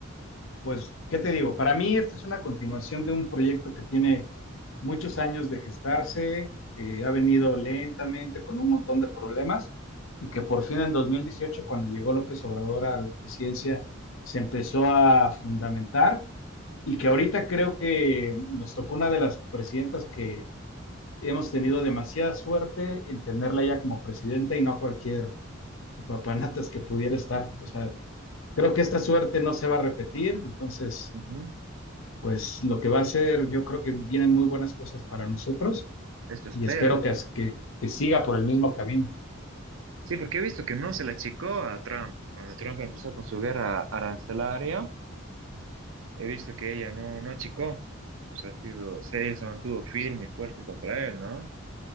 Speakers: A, on the left (about 70°); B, on the right (about 70°).
A: pues, ¿qué te digo? Para mí, esta es una continuación de un proyecto que tiene muchos años de gestarse, eh, ha venido lentamente con un montón de problemas y que por fin en 2018, cuando llegó López Obrador a la presidencia, se empezó a fundamentar y que ahorita creo que nos tocó una de las presidentas que hemos tenido demasiada suerte en tenerla ya como presidenta y no a cualquier papanatas que pudiera estar. O sea, creo que esta suerte no se va a repetir, entonces,
B: Ujú.
A: pues lo que va a ser, yo creo que vienen muy buenas cosas para nosotros
B: Esto espero.
A: y espero que, que, que siga por el mismo camino.
B: Sí, porque he visto que no se la achicó a Trump. Cuando Trump empezó con su guerra arancelaria, he visto que ella no, no achicó. O sea, ha sido, se- ella se mantuvo firme y fuerte contra él, ¿no?